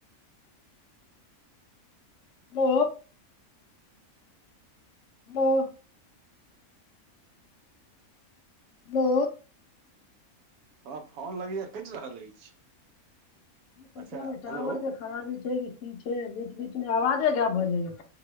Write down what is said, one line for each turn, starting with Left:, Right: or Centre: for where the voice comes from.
Left: पो पो पो
Right: हां फोन लगै य कैट रहल अछि
Left: पता
Right: अच्छा
Left: नैय टावर
Right: हेलो
Left: के खराबी छैेय इनछै बीच बीचमे आवाजे गैंब भऽ जाय ये